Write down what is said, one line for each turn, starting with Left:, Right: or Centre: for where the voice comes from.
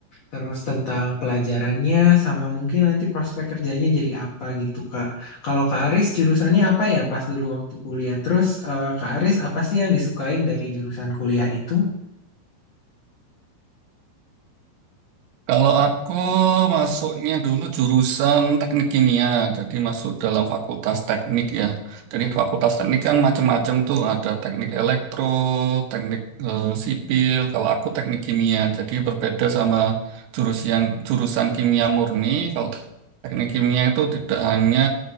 Left: Terus tentang pelajarannya sama mungkin nanti prospek kerjanya jadi apa gitu Kak. Kalau Kak Aris jurusannya apa ya pas dulu waktu kuliah? Terus eh, Kak Aris apa sih yang disukain dari jurusan kuliah itu?
Right: Kalau aku masuknya dulu jurusan teknik kimia, jadi masuk dalam fakultas teknik ya. Jadi fakultas teknik kan macam-macam tuh, ada teknik elektro, teknik eh, sipil. Kalau aku teknik kimia, jadi berbeda sama jurusan jurusan kimia murni. Kalau teknik kimia itu tidak hanya